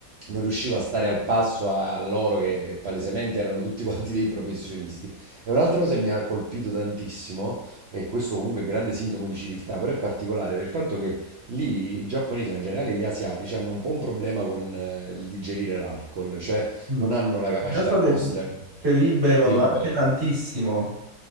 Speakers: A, on the right; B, on the right.
A: non riuscivo a stare al passo a a loro che palesemente erano tutti <laughs> quanti dei professionisti. E un'altra cosa che mi ha colpito tantissimo, e questo comunque è grande sintomo di civiltà, però è particolare per il fatto che lì i giapponesi, ma in generale gli asiatici, hanno un po' un problema con eh, il digerire l'alcol, cioè
B: Mm.
A: non hanno la capacità
B: Io so
A: nostra
B: che, che lì bevono
A: di europei.
B: anche tantissimo.